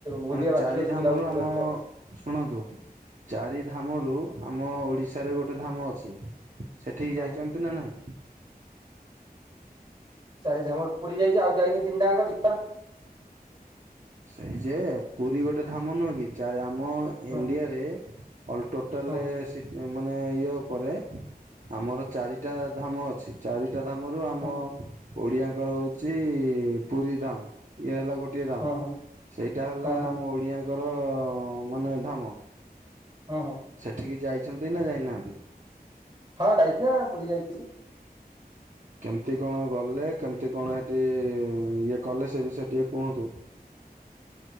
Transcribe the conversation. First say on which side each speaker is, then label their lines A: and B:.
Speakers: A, on the right (about 30°); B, on the right (about 50°).
A: ବୁଲିବା
B: ମାନେ
A: ବାକି
B: ଚାରି
A: ଅଛି
B: ଧାମ
A: ବୁଲାବୁଲି
B: ର ଆମ।
A: କରିବା ଆଉ।
B: ଶୁଣନ୍ତୁ ଚାରି ଧାମରୁ ଆମ ଓଡିଶାରେ ଗୋଟେ ଧାମ ଅଛି। ସେଠିକି
A: ହଁ
B: ଯାଇଛନ୍ତି ନା ନାଇଁ।
A: ଚାରିଧାମରେ ପୁରୀ ଯାଇଛି ଆଉ ଯାଇନି ତିନିଟାଙ୍କ ଯିବା।
B: ସେଇ ଯେ ପୁରୀ ଗୋଟେ ଧାମ ନୁହଁ କି ଚାରି ଆମ ଆମ
A: ହୁଁ
B: ଇଣ୍ଡିଆରେ ଅଲ୍ ଟୋଟାଲ
A: ହୁଁ
B: ରେ ମାନେ ଇଏ ଉପରେ ଆମର ଚାରିଟା ଧାମ ଅଛି ଚାରି ଟା ଧାମ ର ଆମ
A: ହୁଁ
B: ଓଡିଆଙ୍କର ହଉଛି ପୁରୀ ଧାମ ଇଏ ହେଲା ଗୋ ଟିଏ
A: ହୁଁ ହୁଁ
B: ସେଇଟା ହେଲା
A: ହୁଁ ହୁଁ
B: ଆମ ଓଡିଆଙ୍କର ମାନେ ଧାମ।
A: ହୁଁ ହୁଁ
B: ସେଠିକି ଯାଇଛନ୍ତି ନା ଯାଇନାହାନ୍ତି?
A: ହଁ ଯାଇଛି ନା ପୁରୀ ଯାଇଚି।
B: କେମିତି କଣ ଗଲେ କେମତି କଣ ଏ ଇଏ କଲେ ସେ ବିଷୟରେ ଟିକେ କୁହନ୍ତୁ?